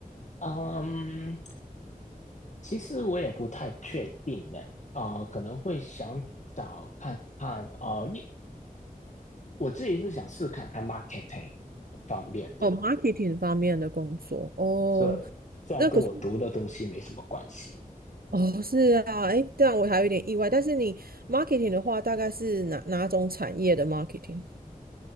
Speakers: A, on the left; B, on the right.
A: 嗯，其实我也不太确定呢。啊，可能会想找看看，啊，因我自己是想试看看 marketing 方面的。
B: 哦，marketing 方面的工作。哦，
A: 对，虽然跟我读的东西没什么关系，
B: 那可是哦，是啊。哎，这样我还有点意外。但是你 marketing 的话，大概是哪哪种产业的 marketing？